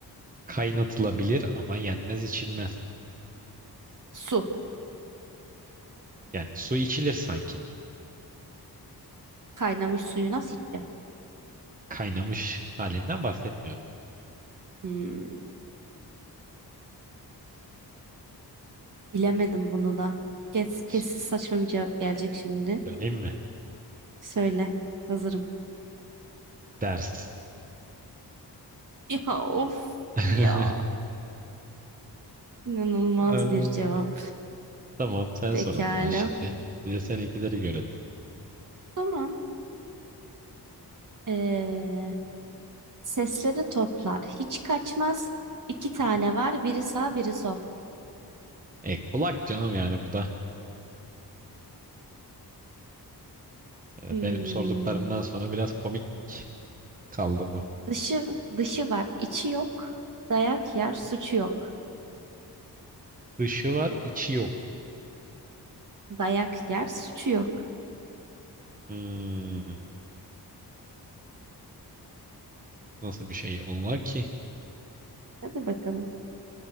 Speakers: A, on the right (about 20°); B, on the right (about 50°).
A: Kaynatılabilir ama yenmez, içilmez.
B: Su.
A: Yani su içilir sanki.
B: Kaynamış suyu nasıl içeceğim?
A: Kaynamış halinden bahsetmiyorum.
B: Hmm, bilemedim bunu da. Kes, kes
A: S-
B: saçma bir cevap gelecek şimdi.
A: Söyleyeyim mi?
B: Söyle. Hazırım.
A: Ders.
B: <laughs> Ya of
A: <laughs>
B: ya. İnanılmaz
A: Eee,
B: bir cevap.
A: Tamam sen
B: Pekala.
A: sor o zaman şimdi. Bir de seninkileri görelim.
B: Tamam. Ee, sesleri toplar. Hiç kaçmaz. İki tane var. Biri sağ, biri sol.
A: E kulak canım yani bu da e,
B: Hmm,
A: benim sorduklarımdan sonra biraz komik kaldı bu.
B: dışı dışı var, içi yok. Dayak yer, suçu yok.
A: Dışı var içi yok.
B: Dayak yer, suçu yok.
A: Hmm, nasıl bir şey ola ki?
B: Hadi bakalım.